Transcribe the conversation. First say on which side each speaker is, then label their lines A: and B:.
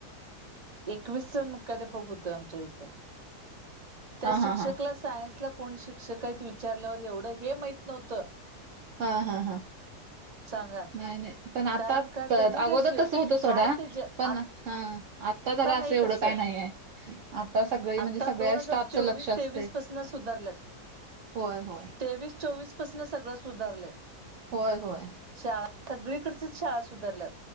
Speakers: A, on the right (about 35°); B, on the right (about 65°).
A: एकवीसच मुख्याधेपक होत आमच्या इथ. त्या
B: हा
A: शिक्षक
B: हा हा
A: सायन्स ला कोण शिक्षक आहेत विचारल्यावर एवढं हे माहित नव्हतं.
B: हा हा हा.
A: सांगा
B: नाही नाही. पण आता,
A: कारण का त्यांनी
B: अगोदर
A: काय शि
B: तसं होतं सोडा.
A: हाय ते जे
B: पण
A: आ
B: हा आता जरा
A: नाही
B: असं एवढं
A: तसं
B: काय नाहीय. आता सगळी
A: आता
B: म्हणजे सगळ्या
A: दोन हजार
B: स्टाफच
A: चोवीस
B: लक्ष असतय,
A: तेवीस पासन सुधारल्यात
B: होय होय.
A: तेवीस चोवीस पासन सगळं सुधारलय.
B: होय होय
A: शाळा सगळीकडचीच शाळा सुधारल्यात.